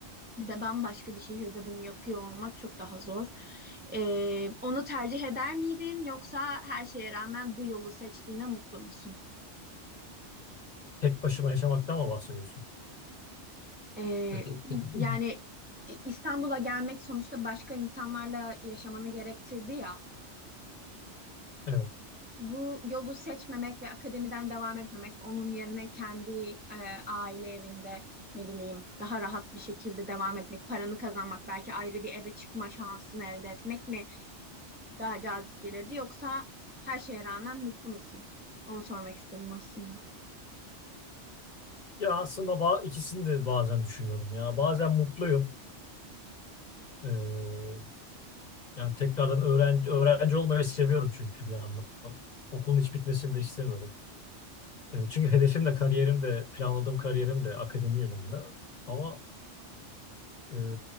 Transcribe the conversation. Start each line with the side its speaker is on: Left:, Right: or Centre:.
Right: Bir de bambaşka bir şehirde bunu yapıyor olmak çok daha zor. Ee, onu tercih eder miydin yoksa her şeye rağmen bu yolu seçtiğine mutlu musun?
Left: Tek başıma yaşamaktan mı bahsediyorsun?
Right: Ee,
Left: <laughs>
Right: yani İstanbul'a gelmek sonuçta başka insanlarla yaşamanı gerektirdi ya.
Left: Evet.
Right: bu yolu seçmemek ve akademiden devam etmemek, onun yerine kendi e, aile evinde ne bileyim daha rahat bir şekilde devam etmek, paranı kazanmak, belki ayrı bir eve çıkma şansını elde etmek mi daha cazip gelirdi yoksa her şeye rağmen mutlu musun? Onu sormak istedim aslında.
Left: Ya aslında ba- ikisini de bazen düşünüyorum ya. Bazen mutluyum. Ee, yani tekrardan öğrenci, öğrenci olmayı seviyorum çünkü bir yandan. Okulun hiç bitmesini de istemiyorum. Ee, çünkü hedefim de kariyerim de planladığım kariyerim de akademi yönünde. Ama e,